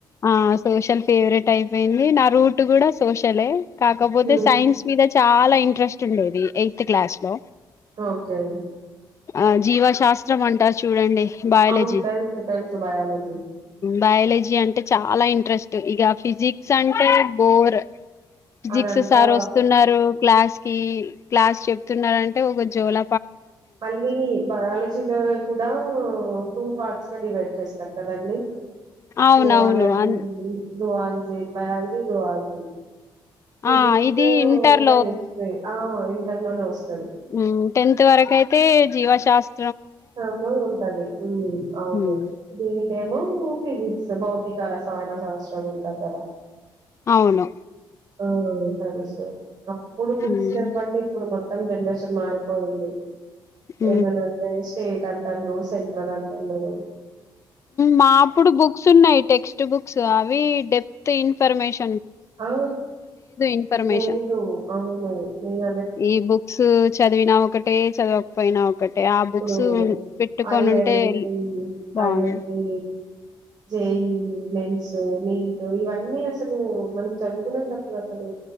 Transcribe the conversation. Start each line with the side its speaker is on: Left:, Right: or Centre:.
Left: ఆ సోషల్ ఫేవరెట్ టైపోయింది నా రూట్ కూడా సోషలే కాకపోతే
Right: ఉమ్
Left: సైన్స్ మీద చాలా ఇం ట్రెస్ట్ ఉండేది ఎయిత్ క్లాస్ లో
Right: ఓకే
Left: ఆ జీవశాస్త్రం అంటారు చూడండి బయాలజీ
Right: అవును తెలుసు తెలుసు బయాలజీ
Left: బయేలజీ అం చాలా ఇంట్రెస్ట్ ఇగ ఫిజిక్స్ అంటే బోర్ ఫిజిక్స్
Right: అదంతా
Left: సార్ వస్తున్నారు క్లాస్ కి క్లాస్ చెప్తున్నారంటే ఒక జోల
Right: మళ్ళీ బయాలజీలో కూడా టూ పార్ట్స్గా డివైడ్ చేస్తారు కదండి
Left: అవునవును
Right: జ్యూఆలాజీలు
Left: అన్
Right: జ్యూఆల్ బయలజ్జి జుఆల్జ్ ఫిజక్స్
Left: ఆ ఇది ఇంటర్
Right: కెమిస్ట్రిీ ఆ ఇం టర్ లోనే ఒస్
Left: హు టెన్త్ వరకైతే జీవశాస్
Right: రమ ఉంటది ఊ అవును
Left: హ్మ్.
Right: దీనికి ఏమో ఫిజిక్స్ భౌతిక రసాయన శాస్త్రం అంటారు కదా
Left: అవును
Right: ఓ త విషయం అప్పుడు బుక్స్
Left: హ్మ్.
Right: లేవ్వండి ఇప్పుడు మొత్తం <unintelligible> మారిపోయింది
Left: ఊ
Right: ఏమనంటే స్టేట్ అంటన్నారు సెంట్రల్ అంటన్నారు
Left: మా అప్పుడు బుక్స్ ఉన్నాయి టెక్స్ట్ బుక్స్ అవి డెప్త్ ఇ ఫరమేశ్వ
Right: ఆ
Left: ఇన్ఫర్మేషన్
Right: లేదు అవును నిన్న
Left: ఈ బుక్స్ చదివినా ఒకటే చదవకపోయినా ఒకటే ఆ
Right: ఇప్పుడు
Left: బుక్స్ పెట్టుకొని
Right: ఐఐటి
Left: ఉంటే బాగుంది
Right: ఐఐటి జై మెన్స్ నీట్ ఇవన్నీ అసలు మనం చదువుకునేటప్పుడు అసలు